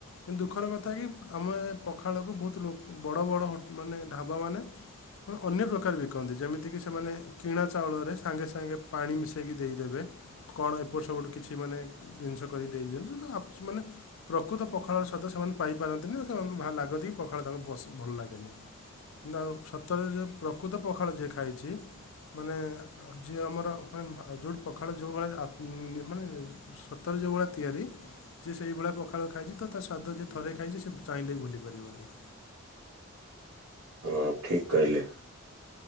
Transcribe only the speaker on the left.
କିନ୍ତୁ ଦୁଃଖର କଥା କି ଆମେ ଏ ପଖାଳକୁ ବହୁତ ଲୋ ବଡ ବଡ ହୋଟ୍-ମାନେ ଢାବାମାନେ ଏବଂ ଅନ୍ୟ ପ୍ରକାର ବିକନ୍ତି ଯେମିତି କିି ସେମାନେ କିଣା ଚାଉଳରେ ସାଙ୍ଗେ ସାଙ୍ଗେ ପାଣି ମିଶେଇ କି ଦେଇଦେବେ। କଣ ଏପଟ ସେପଟ କିଛି ମାନେ ଦିନିଷ କରିକି ଦେଇ ଦିଅନ୍ତୁ ତ ଆପ୍ସ ମାନେ- - ପ୍ରକୃତ ପଖାଳର ସ୍ୱାଦ ସେମାନେ ପାଇପାରନ୍ତିନି ସେମାନଙ୍କୁ ଭା ଲାଗନ୍ତି ପଖାଳ ତାଙ୍କୁ ପଶ-ଭଲ ଲାଗେନି। ନା ଆଉ ସତରେ ଯେ ପ୍ରକୃତ ପଖାଳ ଯିଏ ଖାଇଚି ମାନେ ଯିଏ ଆମର -- ମାନେ ଆ ଯୋଉଠି ପଖାଳ ଯୋଉଭଳିଆ ଆ ମାନେ ସତରେ ଯୋଉଭଳିଆ ତିଆରି- - ଯିଏ ସେଇଭଳିଆ ପଖାଳ ଖାଇଚି ତ ତା ସ୍ଵାଦ ଯିଏ ଥରେ ଖାଇଚି ସେ ଚାହିଁଲେ ବି ଭୁଲିାପାରିବନି।